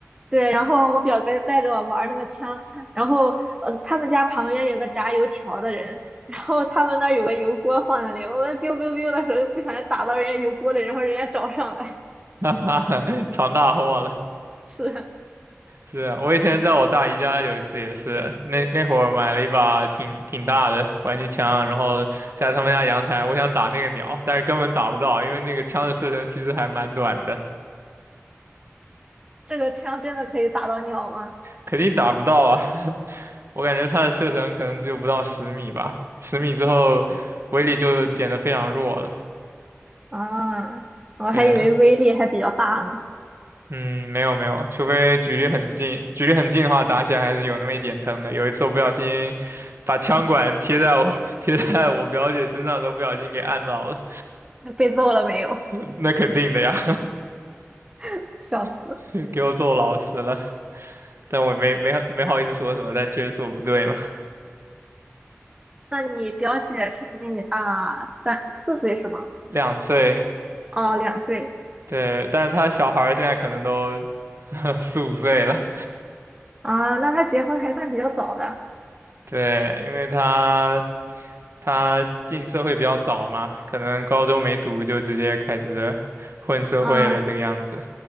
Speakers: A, on the right; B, on the right.
A: 对，然后我表哥带着我玩儿那个枪，然后呃，他们家旁边有个炸油条的人，<laughs> 然后他们那儿有个油锅放在那里，我们 biu biu biu 的时候不小心打到人家油锅里，然后人家找上来。
B: <laughs> 哈哈，闯大祸了。
A: <laughs> 是，
B: 是啊我以前在我大姨家有一次也是，那那会儿买了一把挺挺大的玩具枪，然后在他们家阳台，我想打那个鸟，但是根本打不到，因为那个枪的射程其实还蛮短的，
A: 这个枪真的可以打到鸟吗？
B: 肯定打不到啊。<laughs> 我感觉它的射程可能只有不到十米吧，十米之后威力就减得非常弱了。
A: 啊，我还以为威力还比较大呢。
B: 对，嗯，没有没有，除非距离很近，距离很近的话，打起来还是有那么一点疼的。有一次我不小心把枪管贴在我 <laughs> 贴在我表姐身上，都不小心给按到了，
A: 那被揍了没有？
B: <laughs> 那肯定的呀，
A: <laughs> 笑死。
B: <laughs> 给我揍老实了。但我没没没好意思说什么，但确实是我不对嘛。
A: 那你表姐是比你大三四岁是吗？
B: <laughs> 两岁，
A: 哦，两岁
B: 对，但是他小孩儿现在可能都 <laughs> 四五岁了，
A: 啊，那她结婚还算比较早的。
B: 对，因为他他进社会比较早嘛，可能高中没读就直接开始混社会了这个样子。
A: 啊，